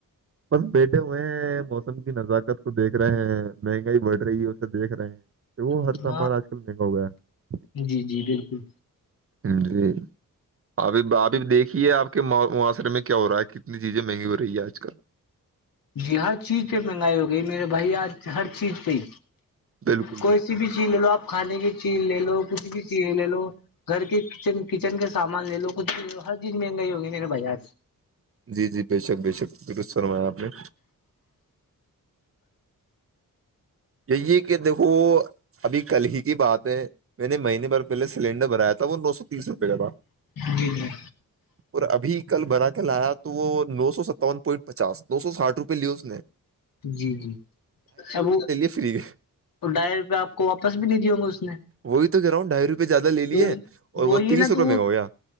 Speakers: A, on the right; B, on the left.
A: بس بیٹھے ہوئے ہیں موسم کی نزاکت کو دیکھ رہے ہیں مہنگائی بڑھ رہی ہے اسے دیکھ رہے ہیں وہ
B: ہو
A: ہر کا ہمارا آج کل مہنگا ہوا ہے
B: ج جی بالکل
A: جی ابھی ابھی دیکھیے آپ کے معاشرے میں کیا ہو رہا ہے کتنی چیزیں مہنگی ہو رہی ہے آج کل
B: جی ہر چیز پہ مہنگائی ہو گئی میرے بھائی آج ہر چیز پہ ہی
A: بالکل
B: کوئی
A: بالکل
B: سی بھی چیز لے لو آپ کھانے کی چیز لے لو کچھ بھی چیز لے لو گھر کے کچن کچن کے سامان لے لو ک ہر چیز مہنگائی ہوگی نہیںیرا بھائی آ
A: جی جی بے شک بے شک درست فرمایا آپ نے جی کہ دیکھو ابھی کل ہی کی بات ہے میں نے مہینے بھر پہلے سلینڈر بھریا تھا وہ نو سو تیس روپئے کا تھا
B: جی جی
A: اور ابھی کل برا کل آیا تو وہ نو سو ستاون پوائنٹ پچاس دو سو ساٹھ روپئے لے اس نے
B: جی جی سب
A: فریح ہے
B: تو ڈھائی روپئے آپ کو واپس بھی نہیں دیا ہ گا اس نے
A: وہی تو کہہا ہوں ڈھائی روپئے زیاد لے لیے
B: تو
A: اور
B: وہی
A: وہ تیس
B: نا
A: روپئے
B: تو
A: منگا
B: وہ
A: ہو گیا